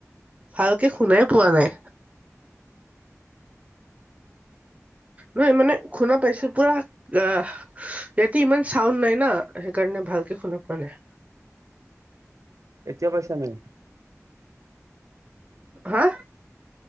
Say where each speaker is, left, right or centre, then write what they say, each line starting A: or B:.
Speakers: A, on the right; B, on the right.
A: ভালকে শুনাই পোৱা নাই। নহয় মানে শুনা পাইছো পুৰা আহ ইয়াতে ইমান চাউণ্ড নাই না সেইকাৰণে ভালকে শুনা পোৱা নাই।
B: এতিয়া পইচা নাই?
A: হা